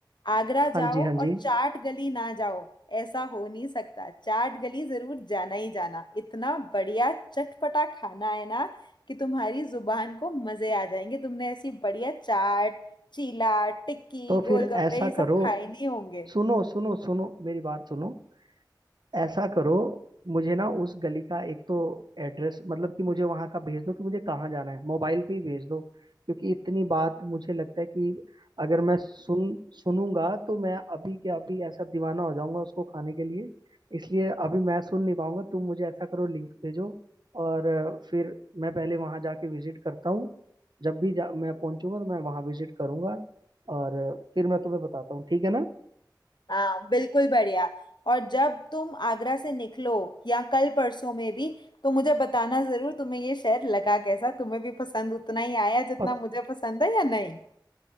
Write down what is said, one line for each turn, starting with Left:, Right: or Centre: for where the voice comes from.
Left: आगरा
Right: हाँ
Left: जाओ
Right: जी हाँ
Left: और
Right: जी
Left: चाट गली ना जाओ ऐसा हो नहीं सकता चाट गली जरूर जाना ही जाना इतना बढ़िया चटपटा खाना है ना कि तुम्हारी जुबान को मजे आ जाएंगे तुमने ऐसी बढ़िया चाट चीला टिक्की
Right: तो
Left: गोलगप्पे
Right: फिर ऐसा
Left: ये सब
Right: करो
Left: खाए नहीं होंगे
Right: सुनो सुनो सुनो मेरी बात सुनो ऐसा करो मुझे ना उस गली का एक तो एड्रेस मतलब कि मुझे वहां का भेज दो कि मुझे कहाँ जाना है मोबाइल पे ही भेज दो क्योंकि इतनी बात मुझे लगता है कि अगर मैं सुन सुनूंगा तो मैं अभी के अभी ऐसा दीवाना हो जाऊंगा उसको खाने के लिए इसलिए अभी मैं सुन नहीं पाऊंगा तुम मुझे ऐसा करो लिंक भेजो और अ, फिर मैं पहले वहां जाके विजिट करता हूँ जब भी जा, मैं पहुंचूंगा तो मैं वहां विजिट करूंगा और अ, फिर मैं तुम्हें बताता हूँ ठीक है ना
Left: हाँ बिल्कुल बढ़िया और जब तुम आगरा से निकलो या कल परसों में भी तो मुझे बताना जरूर तुम्हें ये शहर लगा कैसा तुम्हें भी पसंद उतना ही आया जितना
Right: पक
Left: मुझे पसंद है या नहीं